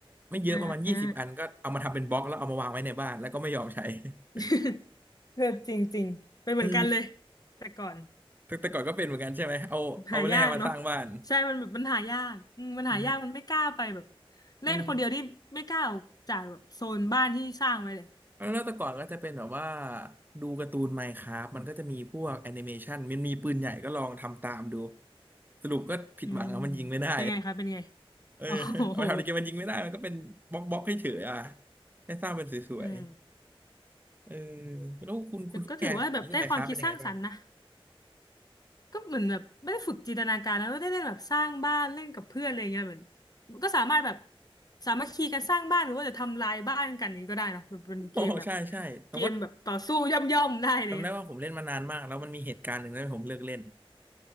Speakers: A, on the right (about 20°); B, on the left (about 40°).
A: ไม่เยอะประมาณยี่สิบอันก็เอามาทำเป็นบล็อกแล้วเอามาวางไว้ในบ้านแล้วก็ไม่ยอมใช้
B: อ่า <laughs>
A: <laughs>
B: เออจริงจริงเป็นเหมือนกันเลย
A: เออ
B: แต่ก่อน
A: แต่ก่อนก็เป็นเหมือนกันใช่ไหม เอาเอาแร่มาสร้างบ้าน
B: หายากเนาะใช่มันแบบมันหายากอืมมันหายากมันไม่กล้าไปแบบ
A: อืม
B: เล่นคนเดียวที่ไม่กล้าออกจากแบบโซนบ้านที่สร้างไว้เลย
A: อืมแล้วแต่ก่อนก็จะเป็นแบบว่าดูการ์ตูน Minecraft มันก็จะมีพวกแอนิเมชันมันมีปืนใหญ่ก็ลองทำตามดู สรุปก็ผิดหวังอะมันยิงไม่ได้
B: อืมเป็นไงคะเป็นไง
A: <laughs> เออเอามาทำในเกมมันยิงไม่ได้มันก็เป็นบล็อกบล็อกให้เฉยๆอ่ะ
B: โอ้โห
A: แค่สร้างเป็นสวย
B: อืม
A: ๆเออแล้วคุณคุณแกเล่นไมน์คราฟเป็นยังไงบ้าง
B: แต่ก็ถือว่าแบบได้ความคิดสร้างสรรค์นะก็เหมือนแบบไม่ได้ฝึกจินตนาการแล้วได้เล่นแบบสร้างบ้านเล่นกับเพื่อนอะไรเงี้ยเหมือนก็สามารถแบบสามัคคีกันสร้างบ้านหรือว่าจะทำลายบ้านกันนี้ก็ได้เนาะมันเป็นเกมแบบ
A: โอ้ <laughs> ใช่ใช่แต่ว่า
B: เกมแบบต่อสู้ย่อมๆได้เลยอ่ะ
A: จำได้ว่าผมเล่นมานานมากแล้วมันมีเหตุการณ์หนึ่งที่ผมเลิกเล่น